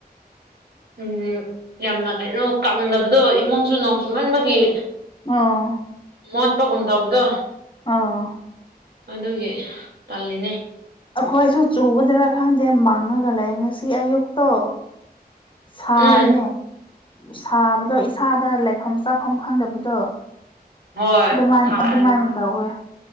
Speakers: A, on the right; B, on the left.
A: ꯎꯝ ꯌꯥꯝꯅ ꯀꯩꯔꯣ ꯀꯪꯗꯕꯗꯣ ꯏꯃꯨꯡꯁꯨ ꯅꯣꯡ ꯃꯟꯕꯒꯤ
B: ꯑꯣ
A: ꯃꯣꯠꯄꯥꯒꯨꯟ ꯇꯧꯕꯗꯣ
B: ꯑꯥ
A: ꯑꯗꯨꯒꯤ ꯇꯜꯂꯤꯅꯦ꯫
B: ꯑꯩꯈꯣꯏꯁꯨ ꯆꯨꯒꯗ꯭ꯔꯥ ꯈꯪꯗꯦ ꯃꯪꯉꯥꯒ ꯂꯩ ꯉꯁꯤ ꯑꯌꯨꯛꯇꯣ꯫ ꯁꯥꯏꯅꯦ
A: ꯎꯝ
B: ꯁꯥꯕꯗꯣ ꯏꯁꯥꯗ ꯂꯩꯐꯝ ꯆꯥꯐꯝ ꯈꯪꯗꯕꯗꯣ
A: ꯍꯣꯏ
B: ꯑꯗꯨꯃꯥꯏꯅ
A: ꯁꯥꯔꯅꯤ
B: ꯑꯗꯨꯃꯥꯏꯅ ꯇꯧꯋꯦ꯫